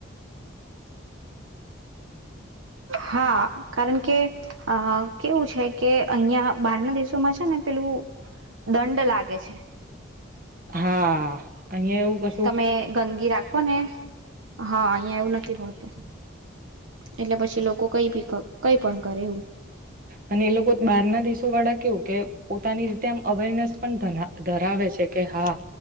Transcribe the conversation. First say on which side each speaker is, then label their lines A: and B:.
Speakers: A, on the right; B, on the right.
A: <inaudible>
B: હા કારણ કે અ કેવું છે કે અહિયાં બહારના દેશોમાં જે <unintelligible> પેલું દંડ લાગે છે.
A: હા અહીંયા એવું કે
B: તમે ગંદગી રાખો ને હા અહિયાં એવું નથી મળતું. એટલે પછી લોકો કઈ ભી કા કઈ પણ કરે એવું.
A: અને એ લોકો બહાર ના દેશો વાળા કેવું કે પોતાની રીતે આમ અવેરનેસ પણ ધના ધરાવે છે કે હા